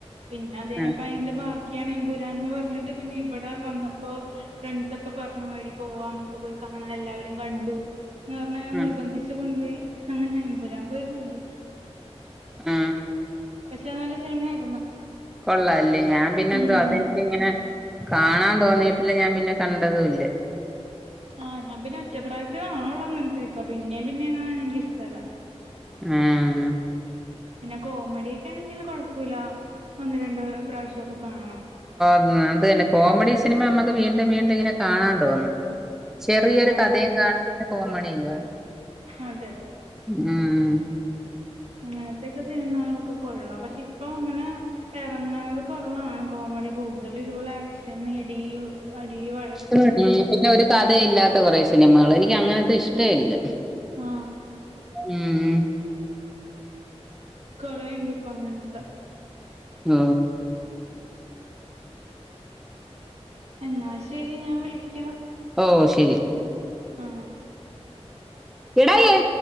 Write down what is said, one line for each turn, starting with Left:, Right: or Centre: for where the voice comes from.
Right: പിന്നെ അതഴിഞ്ഞപ്പോ
Centre: ആഹ്
Right: അയിന്റെ ബാക്കി ആണ് എമ്പുരാന്ന് പറഞ്ഞിട്ട് പിന്നെ ഇവിടെ വന്നപ്പോ ഫ്രണ്ട്സ് ഒക്കെ പറഞ്ഞു, എടി പോവാമുക്ക് പോയി കാ ങ്ങൾ എല്ലാവരും കണ്ടു. എന്നെ നിർബന്ധിച്ചച്ച്
Centre: ആഹ്
Right: കൊണ്ടുപോയി, അങ്ങനെ എൻബുരാൻ പോയി കണ്ട്.
Centre: ആ.
Right: <unintelligible> നല്ല സിനിമയായിരുന്നു.
Centre: കൊള്ളാലെ. ഞാൻ പിന്നെ
Right: ഉം
Centre: എന്തോ അതെനിക്കിങ്ങനെ കാണാൻ തോന്നീട്ടില്ല ഞാൻ പിന്നെ കണ്ടതും ഇല്ല.
Right: ആഹ് ഞാൻ പിന്നെ ഒറ്റപ്രാവശ്യം കാണുള്ളൂ അങ്ങനത്തേക്ക. പിന്നേം, പിന്നേം കാണാണെ എനിക്ക ഇഷ്ടല്ലാ.
Centre: ആ.
Right: പിന്നെ കോമഡിയക്കെ ആണെങ്കിൽ കൊഴപ്പില്ല ഒന്ന്, രണ്ട പ്രാവശ്യക്കെ കാണാം.
Centre: ഉ അത് തന്നെ, കോമഡി സിനിമ നമുക്ക് വീണ്ടും വീണ്ടും ഇങ്ങനെ കാണാൻ തോന്നും. ചെറിയൊരു
Right: ആഹ്
Centre: കഥയും കാണും പിന്നെ കോമഡിയും. <inaudible>
Right: അതെ.
Centre: ഉം.
Right: അങ്ങനത്തൊക്കെ സിനിമകളൊക്കെ കൊള്ളാം. പക്ഷെ ഇപ്പൊ അങ്ങനെ ഇറങ്ങണത് കുറവാണ് കോമഡി കൂടുതൽ ഇതുപോലെ ആക്ഷൻ ഇടി അടി വഴക്ക്
Centre: ഉ പിന്നെ ഒരു കഥയില്ലാത്ത കൊറെേ സിനിമകൾ, എനിക്ക് അങ്ങനത്തെ ഇഷ്ട്ടല്ല.
Right: ആ.
Centre: ഉം.
Right: കൊറേണ്ട് ഇപ്പൊ അങ്ങനത്തെ.
Centre: ആ
Right: എന്നാ ശരി ഞാൻ വിളിക്കാം.
Centre: ഓ ശരി.
Right: ആ
Centre: എടാ എ